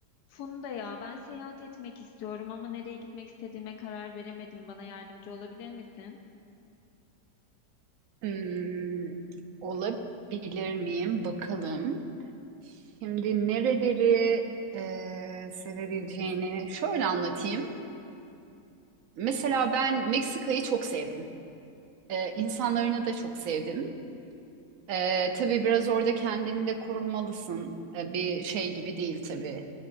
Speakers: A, on the left; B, on the right.
A: Funda ya ben seyahat etmek istiyorum ama nereye gitmek istediğime karar veremedim. Bana yardımcı olabilir misin?
B: Hmm, olabilir miyim? Bakalım. Şimdi nereleri e, sevebileceğini şöyle anlatayım. Mesela ben Meksika'yı çok sevdim. E, insanlarını da çok sevdim. E, tabii biraz orada kendini de korumalısın. E, bir şey gibi değil tabii.